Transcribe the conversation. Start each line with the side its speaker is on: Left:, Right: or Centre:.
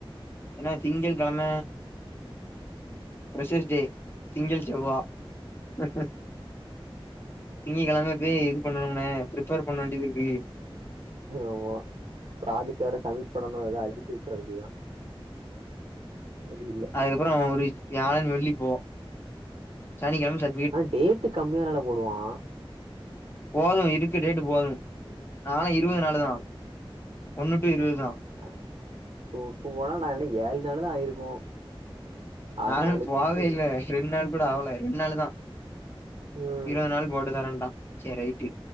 Left: ஏன்னா திங்கள் கிழம ஃப்ரெஷர்ஷ் டே திங்கள் செவ்வா உ திங்கிக்கிழம இப்பவே இது பண்ணனும்ன ப்ரிப்பர் பண்ண வேண்டியதிருக்கு
Right: ஆமா ப்ராஜெக்ட் வேற சமிட் இப்ப நாம இத அடிச்சு விட்ற வேண்டிதா செர் இல்ல
Left: அதுக்கப்புறோ ஒரு வியாழன் வெள்ளி போ சனிக்கிழமை ச
Right: ஆனா டேட்டு கம்மியானால போடுவா
Left: போது இருக்கு டேட்டு போது நாளை இருவத் நாலு தா ஒன்னுட்டு இருவத்தா
Right: அ இப்ப இப்போ என்ன ஏழு நாள் தா ஆயிருக்கு ஆறு
Left: நா இன்னு
Right: நாளு
Left: போகவே
Right: ம்
Left: இல்ல ரெண்ட் நாள் கூட ஆவல ரெண்டு நாளு தா
Right: ம்
Left: இருவது நாள் போட்டுதாரேண்ட்டா செரி ரைட்டு